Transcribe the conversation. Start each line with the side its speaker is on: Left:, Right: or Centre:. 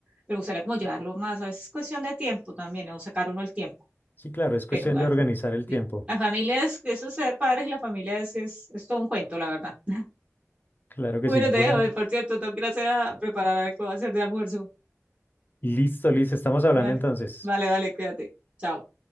Right: pero me gustaría como llevarlo más. A veces es cuestión de tiempo también, o sacar uno el tiempo.
Left: Sí, claro, es cuestión
Right: Pero, ay,
Left: de organizar
Right: no.
Left: el tiempo.
Right: Sí. La familia es, eso es ser padres y la familia es, es, es todo un cuento, la verdad. <laughs>
Left: Claro que
Right: Bueno,
Left: sí. Bueno,
Right: te dejo, eh, por cierto, tengo que ir a, hacer a preparar a ver qué voy a hacer de almuerzo.
Left: listo, Liz, estamos hablando
Right: Vale,
Left: entonces.
Right: vale, vale, cuídate. Chao.